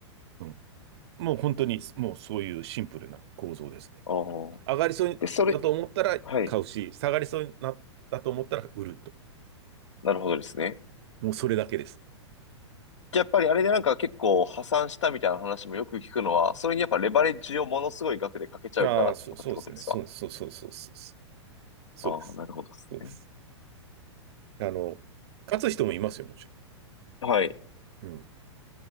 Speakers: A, on the right (about 60°); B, on the left (about 80°).
A: うん。もう本当に、もうそういうシンプルな構造ですね。
B: ああ。
A: 上がりそうだと思ったら買うし、
B: で、それ、はい。
A: 下がりそうになったと思ったら売ると。
B: なるほどですね。
A: もうそれだけです。
B: じゃあやっぱりあれでなんか結構破産したみたいな話もよく聞くのは、それにやっぱレバレッジをものすごい額でかけちゃうからとかってことですか
A: ああ、そう、そうですね。そう、そう、そう、そう、そう、そ
B: ああ、
A: うそうです。
B: なるほどですね。
A: そうです。あの、勝つ人もいますよ、もち
B: はい、
A: ろん。うん。